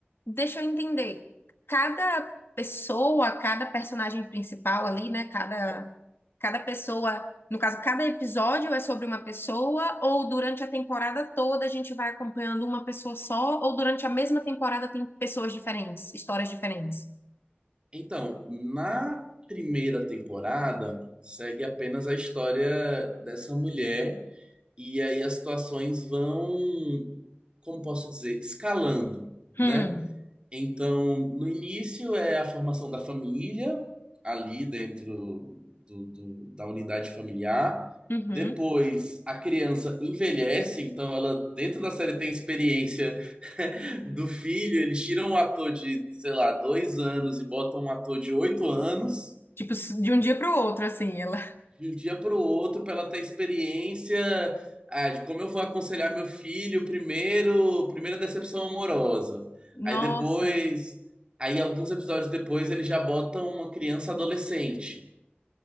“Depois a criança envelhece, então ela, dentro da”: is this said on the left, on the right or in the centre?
Right